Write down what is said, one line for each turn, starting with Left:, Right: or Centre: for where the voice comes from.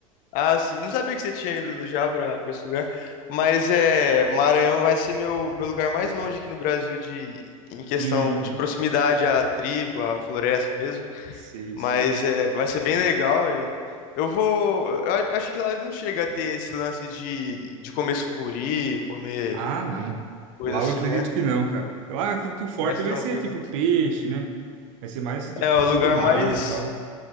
Left: Ah, sim. Não sabia que você tinha ido já para para esse lugar. Mas é, Maranhão vai ser meu, meu lugar mais longe aqui no Brasil de em questão
Right: Uhum.
Left: de proximidade à tribo, à floresta mesmo.
Right: Sei,
Left: Mas
Right: sei.
Left: é, vai ser bem legal e eu vou. Eu a- acho que lá não chega a ter esse lance de, de comer sucuri, comer
Right: Ah, não.
Left: coisa
Right: Lá
Left: assim,
Right: eu acredito
Left: né?
Right: que não, cara. Lá eu acredito que o forte
Left: Mais
Right: vai
Left: tranquilo.
Right: ser, tipo, peixe, né? Vai ser mais, assim, tipo,
Left: É,
Right: frutos
Left: o lugar
Right: do mar,
Left: mais
Right: e tal.